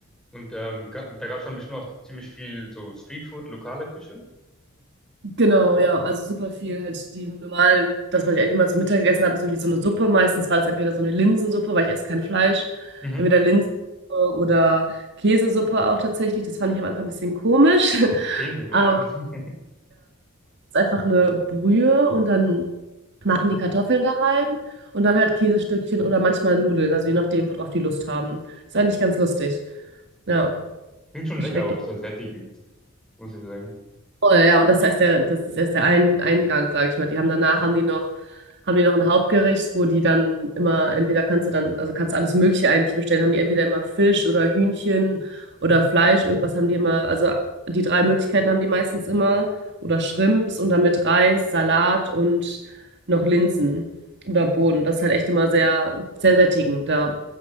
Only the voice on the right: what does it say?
Genau, ja, also super viel halt die normalen, das, was ich eigentlich immer zum Mittag gegessen habe, ist irgendwie so eine Suppe. Meistens war das entweder so eine Linsensuppe, weil ich esse kein Fleisch,
entweder Linsensuppe oder Käsesuppe auch tatsächlich. Das fand ich am Anfang ein bisschen komisch, <laughs>
aber
es ist einfach eine Brühe und dann machen die Kartoffeln da rein und dann halt Käsestückchen oder manchmal Nudeln, also je nachdem, worauf die Lust haben. Ist eigentlich ganz lustig. Ja,
schmeckt
Voll, ja, und das heißt, der, das ist erst der ein Eingang, sage ich mal. Die haben danach haben die noch, haben die noch ein Hauptgericht, wo die dann immer, entweder kannst du dann, also kannst du alles Mögliche eigentlich bestellen, haben die entweder immer Fisch oder Hühnchen oder
Fleisch, irgendwas haben die immer, also die drei Möglichkeiten haben die meistens immer. Oder Shrimps und dann mit Reis, Salat und noch Linsen oder Bohnen. Das ist halt echt immer sehr, sehr sättigend. Da